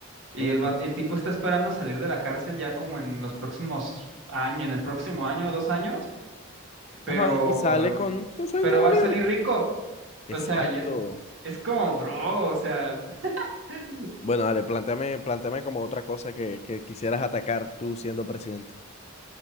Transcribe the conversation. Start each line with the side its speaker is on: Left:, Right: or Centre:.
Right: Y
Left: ujú,
Right: el, vato- el tipo está esperando salir de la cárcel ya como en los próximos años, en el próximo año, dos años, pero,
Left: Ajá, y sale con, con su dinero
Right: pero va
Left: libre.
Right: a salir rico.
Left: Exacto.
Right: O sea, yo, es como, bro, o sea, <laughs>
Left: Bueno, dale, planteame, planteame como otra cosa que, que quisieras atacar tú siendo presidente.